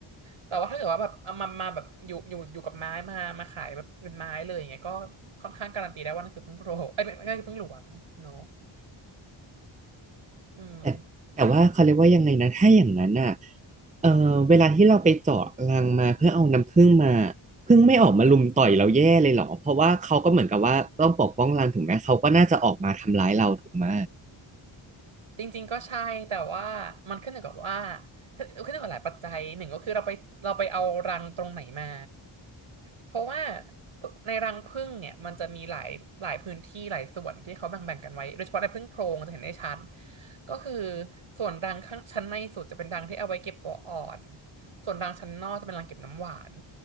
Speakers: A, on the right; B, on the right.
A: แต่ว่าถ้าเกิดว่าแบบเอามามาแบบอยู่อยู่อยู่กับไม้มามาขายแบบเป็นไม้เลยอย่างเงี้ยก็ค่อนข้างการันตีได้ว่านั่นคือผึ้งโพรงเอ้ยไม่ไม่ใช่ผึ้งหลวงเนาะอืม
B: แต่แต่ว่าเขาเรียกว่ายังไงนะถ้าอย่างนั้นอ่ะเออเวลาที่เราไปเจาะรังมาเพื่อเอาน้ำผึ้งมาผึ้งไม่ออกมารุมต่อยเราแย่เลยเหรอเพราะว่าเขาก็เหมือนกับว่าต้องปกป้องรังถูกไหมเขาก็น่าจะออกมาทำร้ายเราถูกไหม
A: จริงๆก็ใช่แต่ว่ามันขึ้นอยู่กับว่าขึ้นอยู่กับหลายปัจจัยหนึ่งก็คือเราไปเราไปเอารังตรงไหนมาเพราะว่าในรังผึ้งเนี่ยมันจะมีหลายหลายพื้นที่หลายส่วนที่เขาแบ่งๆกันไว้โดยเฉพาะในผึ้งโพรงจะเห็นได้ชัดก็คือส่วนรังข้างชั้นในสุดจะเป็นรังที่เอาไว้เก็บตัวอ่อนส่วนรังชั้นนอกจะเป็นรังเก็บน้ำหวาน